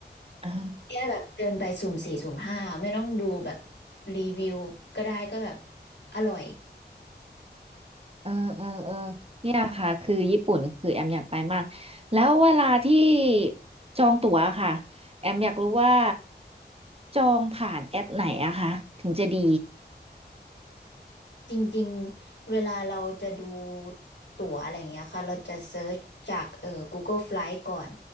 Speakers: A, on the right; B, on the left.
A: อ๋อ
B: แค่แบบเดินไปสุ่มสี่สุ่มห้าไม่ต้องดูแบบรีวิวก็ได้ก็แบบอร่อย
A: เออเออเออเนี่ยค่ะคือญี่ปุ่นคือแอมอยากไปมากแล้วเวลาที่จองตั๋วค่ะแอมอยากรู้ว่าจองผ่านแอปไหนอะคะถึงจะดี
B: จริงๆเวลาเราจะดูตั๋วอะไรอย่างเงี้ยค่ะเราจะเซิร์ชจากเอ่อ Google Flight ก่อน